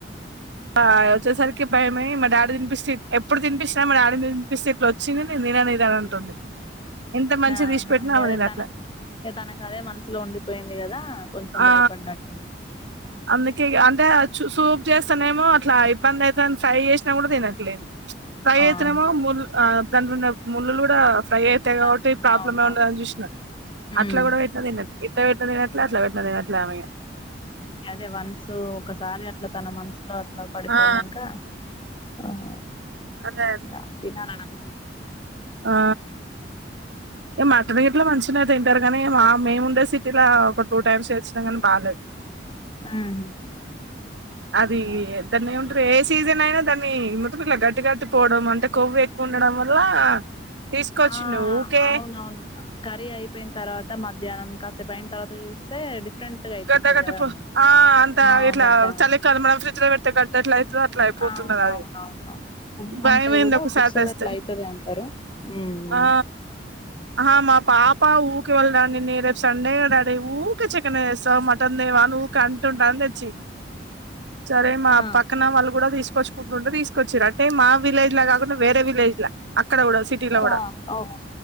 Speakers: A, on the right; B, on the left.
A: ఆ వచ్చే సార్కి భయమే మా డాడీ తినిపిస్తే ఎప్పుడు తినిపిస్తే మా డాడీని తినిపిస్తే ఇట్లా వచ్చింది నేను తినాను అని అంటుంది ఎంత మంచిగా
B: ఆహా
A: తీసి పెట్టినా
B: ఇ
A: ఆమె
B: అదే
A: తినట్లే
B: తన ఇగ తనకు అదే మనసులో ఉండిపోయింది కదా కొంచెం
A: ఆ
B: భయపడినట్టుంది
A: అందుకే అంటే సూప్ చేస్తానేమో అట్లా ఇబ్బంది అయితే ఫ్రై చేసినా కూడా తినట్లేదు. ప్రయత్నమా
B: ఆహా
A: ముల్ ఆ దాంట్లోన్న ముళ్ళులు కూడా ప్రై అయితే
B: కన్
A: కాబట్టి ఈ ప్రాబ్లమ్
B: అవునవును
A: ఏ ఉండదని చూసిన అట్లా
B: మ్మ్
A: కూడా పెట్టిన తినదు ఇట్లా పెట్టిన తినదట్ల అట్ల పెట్టిన తినదట్ల ఆమె ఇంక
B: అదే వన్స్ ఒకసారి అట్లా తన మనసు అట్లా పడిపోయినంకా
A: ఆ
B: ఆహ
A: అదే అండి
B: ఆహ్ తినాలని అనిపించదు
A: ఆ ఏమా మీ ఇంట్లో మంచినే తింటారు కానీ మా మేము ఉండే సిటీలో ఒక టూ టైమ్స్ తెచ్చినం గనీ బాలేదు
B: ఉహు
A: అది
B: ఓకే
A: దాన్నేమంటారు ఎస్ సీజన్ అయినా దాన్ని మొత్తం ఇలా గట్టి గట్టి పోవడం అంటే కొవ్వు ఎక్కువ ఉండడం వల్ల తీసుకొచ్చినవ్
B: ఆ
A: ఊకే
B: అవునవును కర్రీ అయిపోయిన తర్వాత మధ్యాహ్నం కాసేపు అయిన తర్వాత చూస్తే డిఫరెంట్ గా అయిపోతది
A: గడ్డ గట్టి
B: కదండి
A: పొ ఆ అంతా
B: ఆ
A: ఇట్లా
B: గడ్డ
A: చలి కాలం మన ఫ్రిడ్జ్ ల పెడితే కట్టినట్లు అట్లా అయిపోతున్నది
B: అవునవునవును
A: అది
B: కొవ్వు
A: భయమైంది
B: ఉంటే కూడా
A: ఒక
B: ఒక్కొక్కసారి
A: సారితేస్తే
B: అట్లా అయితది అంటారు ఉమ్
A: ఆ ఆ మా పాప ఊకే వాళ్ల డాడీని డీ రెప్ సండే కద డాడీ ఊకే చికెన్ ఏ తీస్ స్తావ్ మటన్ తేవా అని ఊకే అంటుంటే తెచ్చిండు సరే మా
B: ఆ
A: పక్కన వాళ్ళు కూడ తీసుకొచ్చుకుంటుంటె తీసు కొచ్చిరూ అంటే మా విలేజ్ లా కాకుండా వేరే విలేజ్ ల అక్కడ కూడా సిటీ లో కూడా
B: ఆ ఓకే